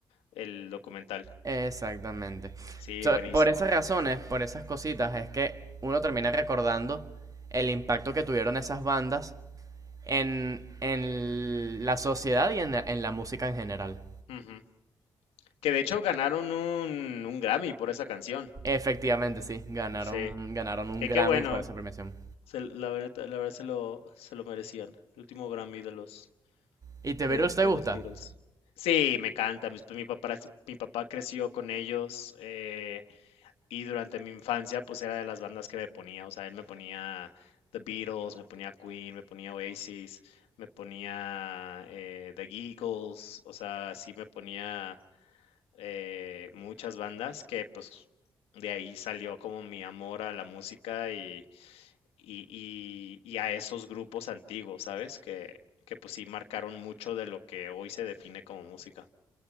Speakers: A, on the left; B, on the right.
A: el documental.
B: Exactamente.
A: Sí,
B: So,
A: buenísimo.
B: por esas razones, por esas cositas, es que uno termina recordando el impacto que tuvieron esas bandas en, en la sociedad y en, en la música en general.
A: Ujú. Que de hecho ganaron un, un Grammy por esa canción.
B: Efectivamente, sí, ganaron,
A: Sí.
B: ganaron un
A: Que
B: Grammy
A: qué bueno.
B: por esa premiación.
A: Se- la verdad, la verdad se lo, se lo merecían. El último Grammy de los
B: ¿Y The
A: de,
B: Beatles
A: de
B: te gusta?
A: los Beatles. Sí, me encanta. Mis- Mi, papá, mi papá creció con ellos eh, y durante mi infancia pues era de las bandas que me ponía. O sea, él me ponía The Beatles, me ponía Queen, me ponía Oasis, me ponía eh, The Eagles. O sea, sí me ponía eh, muchas bandas que pues de ahí salió como mi amor a la música y, y, y- y a esos grupos antiguos, ¿sabes? Que, que pues sí marcaron mucho de lo que hoy se define como música.